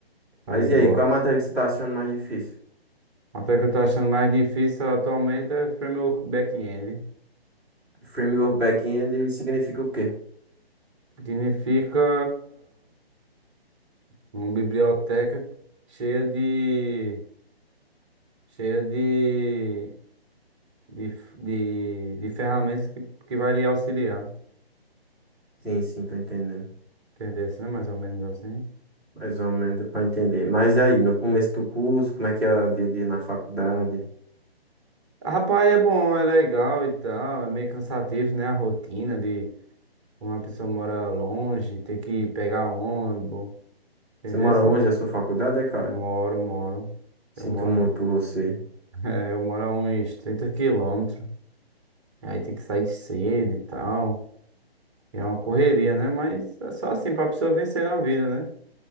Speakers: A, on the right (about 30°); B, in the centre.
A: tá
B: Mas
A: de
B: e
A: boa.
B: aí, qual é a matéria que você tá achando mais difícil?
A: Até que eu tô achando mais difícil atualmente é framework back-end.
B: Framework back-end significa o quê?
A: Significa uma biblioteca cheia de... cheia de... de, de, de ferramentas que, que vai lhe auxiliar.
B: Sim, sim, tô entendendo.
A: Entendeu? Né? Mais ou menos assim.
B: Mais ou menos deu pra entender. Mas e aí, no começo do curso, como é que é o dia a dia na faculdade?
A: Rapaz, é bom, é legal e tal. É meio cansativo, né? A rotina de uma pessoa mora longe, tem que pegar ônibus, entendeu?
B: Você mora
A: sim?
B: longe da sua faculdade, é, cara?
A: Moro, moro.
B: Sinto
A: Eu moro,
B: muito por você.
A: <laughs> é, eu moro a uns 30 quilômetros. E Aí tem que sair cedo e tal. E É uma correria, né? Mas é só assim, pra pessoa vencer na vida, né?